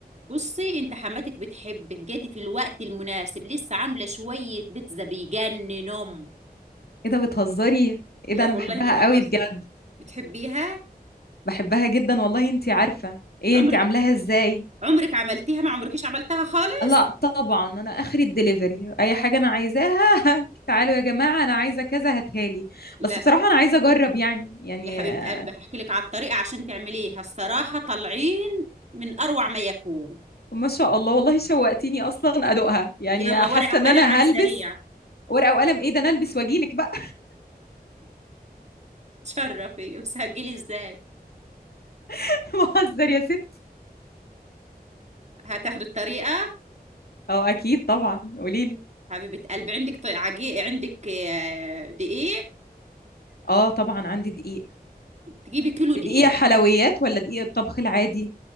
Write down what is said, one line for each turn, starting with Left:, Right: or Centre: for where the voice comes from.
Right: بصي انت حماتك بتحبك جاتي في الوقت المناسب لسه عامله شويه بيتزا بيجننهم
Left: ايه ده بتهزري ايه
Right: لا
Left: ده انا
Right: والله
Left: بحبها
Right: ما بهزر
Left: قوي بجد
Right: بتحبيها
Left: بحبها جدا والله انتي عارفة ايه
Right: عمرك
Left: انتي عاملاها ازاي
Right: عمرك عملتيها ما عمركيش عملتها خالص
Left: لا طبعا انا اخري الدليفري اي حاجة انا عايزاها <laughs> تعالوا يا جماعة انا عايزة كذا هاتهالي
Right: لا
Left: بس بصراحة انا عايزة اجرب يعني يعني
Right: يا حبيبه
Left: آه،
Right: قلبي هحكي لك على الطريقه عشان تعمليها الصراحه طالعين من اروع ما يكون
Left: ما شاء الله والله شوقتيني اصلا ادوقها يعني
Right: يلا ورقه
Left: حاسة ان
Right: وقلم
Left: انا
Right: على السريع
Left: هلبس ورقة وقلم ايه ده انا البس واجيلك بقى
Right: تشرفي بس هتجيلي ازاي
Left: <laughs> بهزر يا ست
Right: هتاخدي الطريقه
Left: اه اكيد طبعا قوليلي
Right: حبيبه قلبي عندك طي- عجي عندك آه، دقيق
Left: اه طبعا عندي دقيق
Right: تجيبي كيلو دقيق
Left: دقيق حلويات ولا دقيق الطبخ العادي